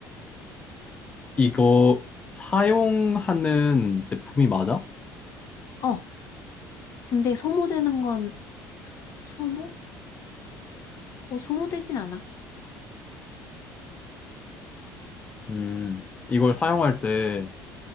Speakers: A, on the left; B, on the left.
A: 이거 사용하는 제품이 맞아?
B: 어, 근데 소모되는 건 소모? 어, 소모되진 않아.
A: 음, 이걸 사용할 때